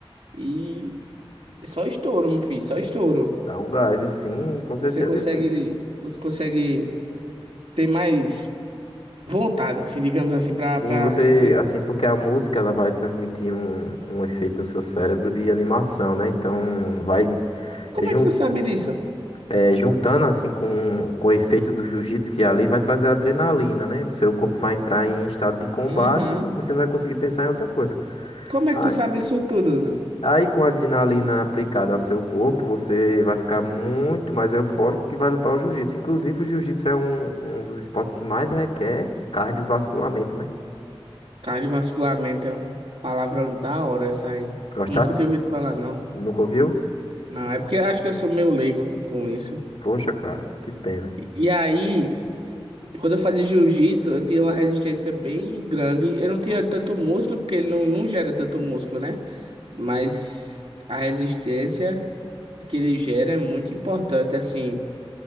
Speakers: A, on the right; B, on the left.
A: e só estouro, meu filho, só estouro.
B: Dá um gás, assim, com certeza.
A: Você consegue,
B: foi-
A: você consegue ter mais vontade, assim, digamos assim, pra,
B: Sim,
A: pra
B: você,
A: enfrentar.
B: assim, porque a música, ela vai transmitir um, um efeito no seu cérebro de animação, né? Então, vai
A: Como
B: é, jun-
A: é que tu sabe disso?
B: é, juntando, assim, com, com o efeito do jiu-jitsu, que é ali vai trazer adrenalina, né? O seu corpo vai entrar em estado de combate
A: Aham.
B: e você não vai conseguir pensar em outra coisa.
A: Como é
B: Ah,
A: que tu sabe isso tudo? Dudu?
B: Aí, com a adrenalina aplicada ao seu corpo, você vai ficar muito mais eufórico que vai lutar o jiu-jitsu. Inclusive, o jiu-jitsu é um, um dos esportes que mais requer cardiovasculamento, né?
A: Cardiovasculamento é uma palavra da hora essa aí.
B: Gostasse?
A: Nunca tinha ouvido falar, não.
B: Nunca ouviu?
A: Não, é porque eu acho que eu sou meio leigo com isso.
B: Poxa, cara, que pena.
A: E aí, quando eu fazia jiu-jitsu, eu tinha uma resistência bem grande. Eu não tinha tanto músculo, porque ele não, não gera tanto músculo, né? Mas a resistência que ele gera é muito importante, assim,